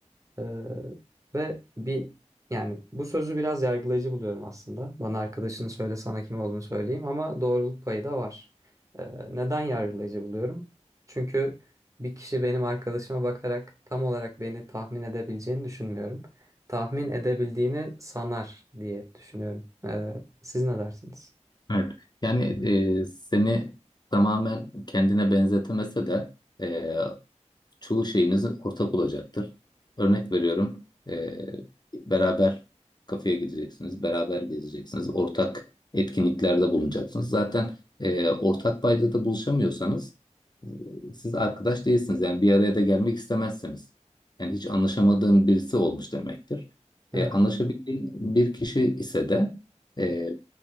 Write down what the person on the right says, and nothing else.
Ee, ve bir yani bu sözü biraz yargılayıcı buluyorum aslında. Bana arkadaşını söyle sana kim olduğunu söyleyeyim ama doğruluk payı da var. Ee, neden yargılayıcı buluyorum? Çünkü bir kişi benim arkadaşıma bakarak tam olarak beni tahmin edebileceğini düşünmüyorum. Tahmin edebildiğini sanar diye düşünüyorum. Ee, siz ne dersiniz?
Evet.